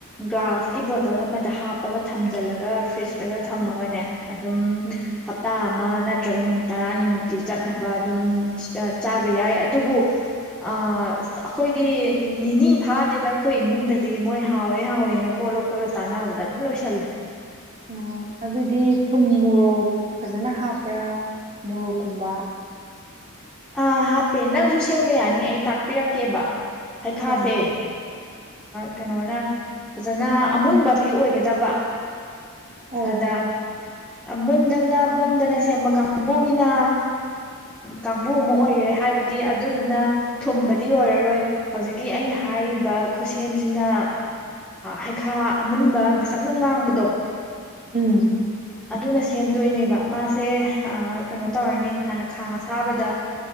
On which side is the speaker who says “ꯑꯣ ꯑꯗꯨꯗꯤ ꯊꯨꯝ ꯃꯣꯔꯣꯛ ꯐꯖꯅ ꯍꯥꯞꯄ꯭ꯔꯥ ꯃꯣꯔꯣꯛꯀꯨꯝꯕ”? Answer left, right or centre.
Right